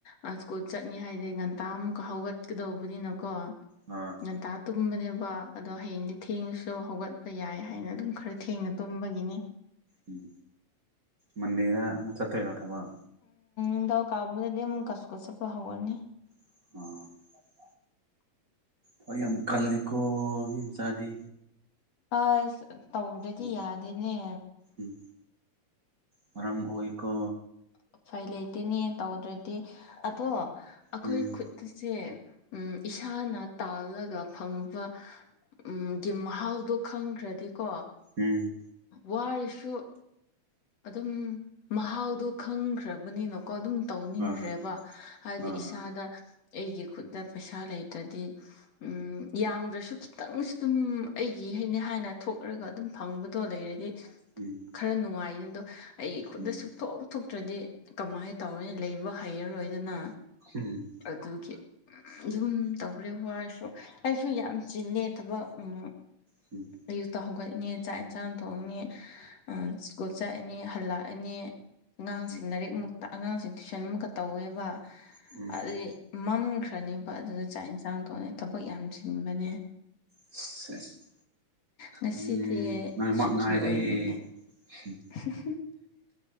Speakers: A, on the left (about 60°); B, on the right (about 30°).
A: ꯑꯥ ꯁ꯭ꯀꯨꯜ ꯆꯠꯅꯤ ꯍꯥꯏꯗꯤ ꯉꯟꯇꯥ ꯑꯃꯨꯛꯀ ꯍꯧꯒꯠꯀꯗꯧꯕꯅꯤꯅꯀꯣ
B: ꯑ
A: ꯉꯟꯇꯥ ꯇꯨꯝꯕꯅꯦꯕ ꯑꯗꯣ ꯍꯌꯦꯡꯗꯤ ꯊꯦꯡꯉꯁꯨ ꯍꯧꯒꯠ ꯍꯣꯏ ꯌꯥꯏ ꯍꯥꯏꯅ ꯑꯗꯨꯝ ꯈꯔ ꯊꯦꯡꯅ ꯇꯨꯝꯕꯒꯤꯅꯤ
B: ꯎꯝ ꯃꯟꯗꯦꯗ ꯑꯃꯨꯛ ꯆꯠꯇꯣꯏꯔꯣ ꯊꯕꯛ
A: ꯅꯤꯡꯊꯧꯀꯕꯥ ꯗꯗꯤ ꯑꯃꯨꯛꯀꯥ ꯏꯁꯀꯨꯜ ꯆꯠꯄ ꯍꯧꯔꯅꯤ
B: ꯑ ꯍꯣꯏ ꯌꯥꯝ ꯀꯜꯂꯤꯀꯣ ꯃꯤ ꯃꯆꯥꯗꯤ
A: ꯑꯥꯏ ꯇꯧꯗ꯭ꯔꯗꯤ
B: ꯎꯝ
A: ꯌꯥꯗꯦꯅꯦ
B: ꯎꯝ ꯃꯔꯝ ꯃꯣꯛꯏꯀꯣ
A: ꯎꯄꯥꯏ ꯂꯩꯇꯦꯅꯦ ꯇꯧꯗ꯭ꯔꯗꯤ ꯑꯗꯣ ꯑꯩꯈꯣꯏ
B: ꯎꯝ
A: ꯈꯨꯠꯁꯦ ꯎꯝ ꯏꯁꯥꯅ ꯇꯥꯜꯂꯒ ꯐꯪꯕ ꯎꯝꯒꯤ ꯃꯍꯥꯎꯗꯣ ꯈꯪꯈ꯭ꯔꯗꯤꯀꯣ
B: ꯎꯝ
A: ꯋꯥꯔꯤꯁꯨ ꯑꯗꯨꯝ ꯃꯍꯥꯎꯗꯣ ꯈꯪꯈ꯭ꯔꯕꯅꯤꯅ ꯀꯣ ꯑꯗꯨꯝ ꯇꯧꯅꯤꯡꯈ꯭ꯔꯦꯕ
B: ꯑꯥ
A: ꯍꯥꯏꯗꯤ
B: ꯑꯥ
A: ꯏꯁꯥꯗ ꯑꯩꯒꯤ ꯈꯨꯠꯇ ꯄꯩꯁꯥ ꯂꯩꯇ꯭ꯔꯗꯤ ꯎꯝ ꯌꯥꯝꯗ꯭ꯔꯁꯨ ꯈꯤꯇꯪꯁꯨ ꯑꯗꯨꯝ ꯑꯩꯒꯤ ꯍꯥꯏꯅꯦ ꯍꯥꯏꯅ ꯊꯣꯛꯂꯒ ꯑꯗꯨꯝ ꯐꯪꯕꯗꯣ ꯂꯩꯔꯗꯤ
B: ꯎꯝ
A: ꯈꯔ ꯅꯨꯡꯉꯥꯏꯌꯦ ꯑꯗꯣ ꯑꯩꯒꯤ ꯈꯨꯠꯇ
B: ꯎꯝ
A: ꯁꯨꯡꯊꯣꯛ
B: ꯎꯝ
A: ꯊꯣꯛꯇ꯭ꯔꯗꯤ ꯀꯃꯥꯏꯅ ꯇꯧꯌꯦ ꯂꯩꯕ ꯍꯩꯔꯔꯣꯏꯗꯅ
B: ꯎꯝ
A: ꯑꯗꯨꯒꯤ ꯑꯗꯨꯝ ꯇꯧꯔꯦ ꯋꯥꯔꯁꯨ ꯑꯩꯁꯨ ꯌꯥꯝ ꯆꯤꯟꯂꯦ ꯊꯕꯛ ꯎꯝ
B: ꯎꯝ
A: ꯑꯌꯨꯛꯇ ꯍꯧꯒꯠꯅꯦ ꯆꯥꯛ ꯏꯟꯁꯥꯡ ꯊꯣꯡꯉꯥꯅꯤ ꯎꯝ ꯁ꯭ꯀꯨꯜ ꯆꯠꯂꯅꯤ ꯍꯜꯂꯛꯑꯅꯤ ꯑꯉꯥꯡꯁꯤꯡ
B: ꯎꯝ
A: ꯂꯥꯏꯔꯤꯛ ꯃꯨꯛꯇ ꯑꯉꯥꯡꯁꯤꯡ ꯇꯨꯏꯁꯟ ꯃꯨꯛꯀ ꯇꯧꯋꯦꯕ
B: ꯎꯝ ꯎꯝ
A: ꯑꯗꯨꯗꯤ ꯃꯝꯈ꯭ꯔꯅꯦꯕ ꯑꯗꯨꯗ ꯆꯥꯛ ꯌꯦꯟꯁꯥꯡ ꯊꯣꯡꯅꯤ ꯊꯕꯛ ꯌꯥꯝ ꯆꯤꯟꯕꯅꯦ
B: ꯁꯦꯁ
A: ꯉꯁꯤꯗꯤ
B: ꯎꯝ ꯅꯣꯏꯃꯛ
A: ꯁꯨꯇꯤ
B: ꯉꯥꯏꯔꯦ
A: ꯑꯣꯏꯕꯅꯦ
B: <inaudible>
A: <unintelligible>